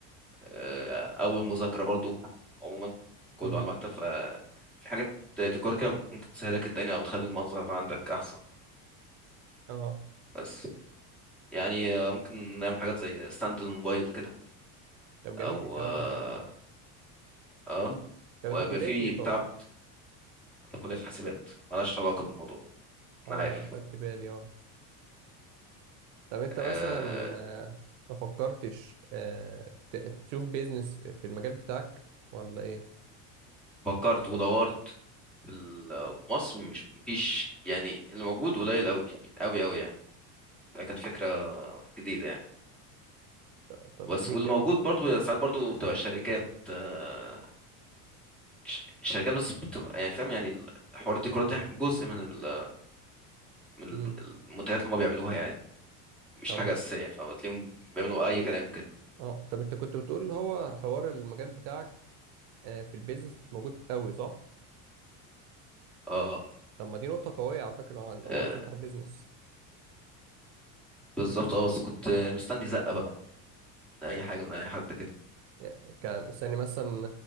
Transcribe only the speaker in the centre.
آه، أو المذاكرة برضو عموما كله
على المكتب ففي حاجات ديكور كده ممكن تسهلك الدنيا أو تخلي المنظر عندك أحسن
بس يعني آه، ممكن نعمل حاجات زي ستاند الموبايل كده
أو
اه
آه،
ويبقى
في
بتاع
أنا كلية حاسبات ملهاش علاقة بالموضوع
أنا عارف
آه،
فكرت ودورت ال- في مصر مش مفيش يعني اللي موجود قليل قوي قوي قوي يعني فكانت فكرة جديدة يعني
بس
واللي
موجود برضو بيبقى ساعات برضو بتبقى شركات آه، ش- شركات بس بتبقى يعني فاهم يعني الحوار الديكورات دي جزء من ال من
ال- المنتجات اللي هم بيعملوها يعني مش
حاجة أساسية فبتلاقيهم بيعملوا أي كلام كده
اه
آه،
بالظبط اه بس كنت مستني زقة بقى من أي حاجة من أي حد كده